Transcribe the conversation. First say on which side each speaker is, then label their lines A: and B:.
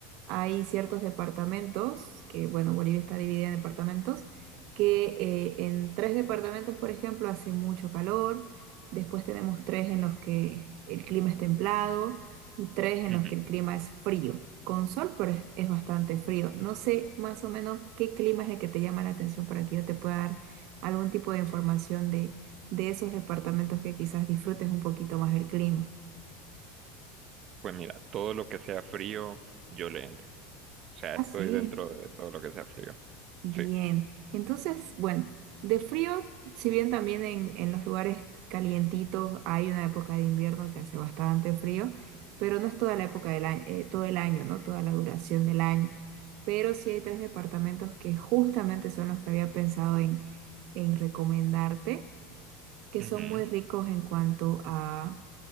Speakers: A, on the right; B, on the right.
A: Hay ciertos departamentos, que bueno, Bolivia está dividida en departamentos que eh, en tres departamentos, por ejemplo, hace mucho calor, después tenemos tres en los que el clima es templado y tres en
B: Ujú.
A: los que el clima es frío, con sol, pero es, es bastante frío. No sé más o menos qué clima es el que te llama la atención para que yo te pueda dar algún tipo de información de, de esos departamentos que quizás disfrutes un poquito más del clima.
B: Pues mira, todo lo que sea frío, yo le entro. O sea,
A: Ah,
B: estoy
A: sí.
B: dentro de todo lo que sea frío.
A: Bien,
B: Sí.
A: entonces, bueno, de frío, si bien también en, en los lugares calientitos hay una época de invierno que hace bastante frío, pero no es toda la época del año, eh, todo el año, ¿no? Toda la duración del año. Pero sí hay tres departamentos que justamente son los que había pensado en, en recomendarte que
B: Ujú,
A: son muy ricos en cuanto a,